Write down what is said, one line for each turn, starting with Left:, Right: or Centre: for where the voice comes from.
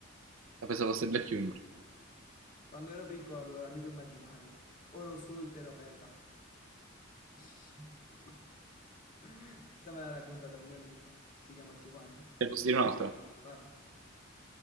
Right: la pensavo fosse black humor.
Left: Quando ero piccolo avevo l'amico immaginario, ora ho solo il terapeuta. <laughs> Questa me l'ha raccontata un mio amico, si chiama Giovanni.
Right: Ne Posso dire un'altra?
Left: Vai.